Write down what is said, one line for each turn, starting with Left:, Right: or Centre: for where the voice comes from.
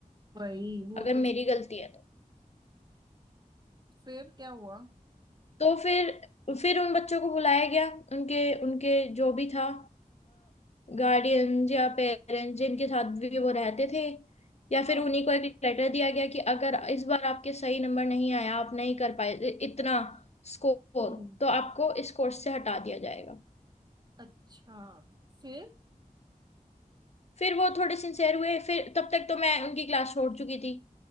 Right: वही वो
Left: अगर
Right: तो
Left: मेरी गलती है तो
Right: फिर क्या हुआ
Left: तो फिर फिर उन बच्चों को बुलाया गया उनके उनके जो भी था गार्डियंस या पेरेंट्स जिनके साथ भी वो रहते थे या फिर
Right: हाँ
Left: उन्हीं को एक लेटर दिया गया कि अगर इस बार आपके सही नंबर नहीं आया आप नहीं कर पाए इ- इतना स्कोर
Right: हम्म
Left: तो आपको इस कोर्स से हटा दिया जाएगा
Right: अच्छा फिर
Left: फिर वो थोड़े सिंसेयर हुए फिर तब तक तो मैं उनकी क्लास छोड़ चुकी थी